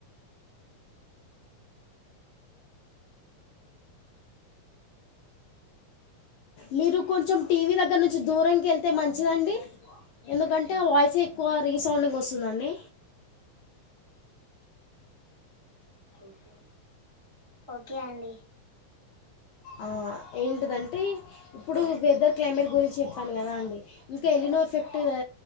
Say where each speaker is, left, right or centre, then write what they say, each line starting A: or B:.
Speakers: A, on the left; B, on the right.
A: మీరు కొంచెం టీవీ దగ్గర నుంచి దూరనికి వెళ్తే మంచిదండి ఎందుకంటే ఆ వాయిసే ఎక్కువ రీసౌండింగ్ వస్తుందండి
B: ఓకే ఓకే అండి
A: ఆ ఏంటిదంటే ఇప్పుడు వెదర్ క్లైమేట్ గురించి చెప్పాను కదా అండి ఇంకా ఎలినో ఎఫెక్ట్ ఆ